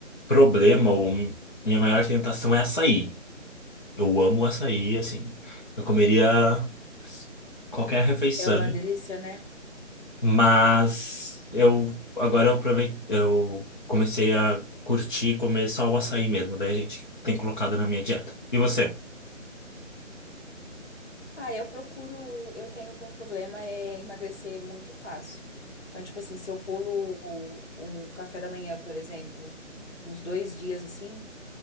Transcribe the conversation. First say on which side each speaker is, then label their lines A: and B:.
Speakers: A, on the left (about 40°); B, on the left (about 60°).
A: problema, ou minha maior tentação é açaí. Eu amo açaí, assim. Eu comeria qualquer refeição,
B: É uma delícia, né?
A: mas eu agora eu aproveitei, eu comecei a curtir comer só o açaí mesmo, daí a gente tem colocado na minha dieta. E você?
B: Ah, eu procuro. Eu tenho. O Meu problema é emagrecer muito fácil. Então, tipo assim, se eu pulo um café da manhã, por exemplo, uns dois dias assim.